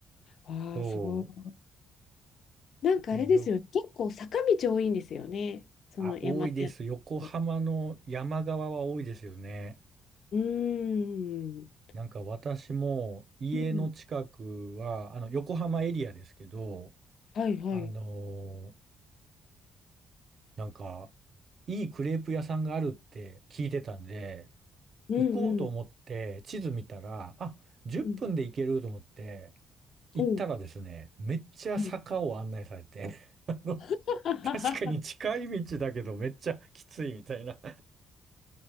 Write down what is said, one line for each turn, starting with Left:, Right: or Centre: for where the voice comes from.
Left: わあ、
Right: そ
Left: すごい。なんかあれですよね、
Right: う。いや、よ、
Left: 結構坂道多いんですよね、その山手やって。
Right: あ、多いです。横浜の山側は多いですよね。
Left: うーん。
Right: なんか私も家の近くは、
Left: うん。
Right: あの、横浜エリアですけど、
Left: はいはい。
Right: あのーなんか、いいクレープ屋さんがあるって聞いてたんで、
Left: うんうん。
Right: 行こうと思って地図見たら、あ、10分で行けると思って、
Left: うん。
Right: 行ったらですね、
Left: おう。
Right: めっちゃ坂を案内されて、
Left: はい
Right: <laughs> あの、
Left: <laughs>
Right: 確かに近い道だけどめっちゃきついみたいな。